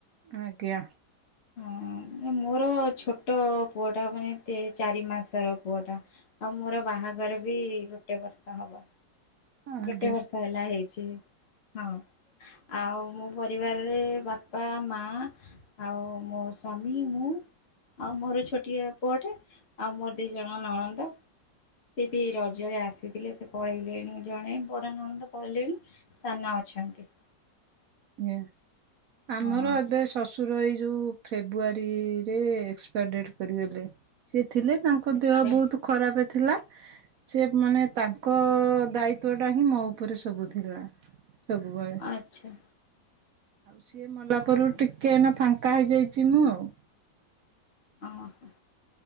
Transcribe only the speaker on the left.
ହଁ ଏ ମୋର ଛୋଟ ପୁଅ ଟା ମାନେ ତିନି ଚାରି ମାସର ପୁଅ ଟା। ଆଉ ମୋର ବାହାଘର ବି ଗୋଟେ ବର୍ଷ ହବ।
ଗୋଟେ ବର୍ଷ ହେଲା ହେଇଛି ହଁ। ଆଉ ମୋ ପରିବାରରେ ବାପା, ମା ଆଉ ମୋ ସ୍ଵାମୀ ମୁଁ ଆଉ ମୋର ଛୋଟିଆ ପୁଅଟେ ଆଉ ମୋର ଦି ଜଣ ନଣନ୍ଦ। ସେ ବି ରଜରେ ଆସିଥିଲେ ସେ ପଳେଇଲେଣି ଜଣେ ବଡ଼ ନଣନ୍ଦ ପଳେଇଲେଣି। ସାନ ଅଛନ୍ତି।
ହଁ
ଆଚ୍ଛା
ଆଚ୍ଛା।
ଓହୋ।
ଓହୋ।